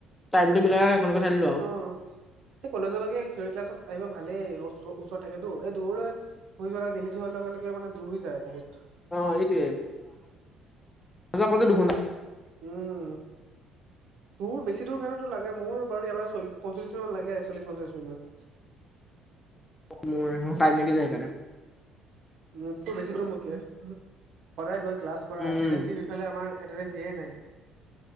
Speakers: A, on the left; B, on the right.
A: টাইমটো মিলাই সেইখনকে চাই দিলো আৰু
B: অ'এই কলেজলৈকে থিয়ৰি ক্লাছত আহিব ভালেই, ওচৰত থাকেতো এই দূৰলৈ হৈ যোৱা আৰু দিলিত হোৱাৰ লগে-লগে মানে দূৰ হৈ যায় বহুত।
A: অ, এইটোয়ে অ, প দুঘণ্টা
B: উম' তোৰ বেছি দূৰ কাৰণেতো লাগে, মোৰ বাৰু ইয়াৰ পৰা পঞ্চল্লিছ মিনিট লাগে, চল্লিছ পঞ্চলিছ মিনিট মান।
A: মোৰ টাইম লাগি যায় সেইকাৰণে।
B: উম' মোতকে বেছি দূৰ তোমাৰকে, সদায় গৈ ক্লাছ কৰা,
A: উম,
B: এতেন্দেছি
A: উম,
B: আমাৰ ইফালে এতেন্দেছ দিয়াই নাই।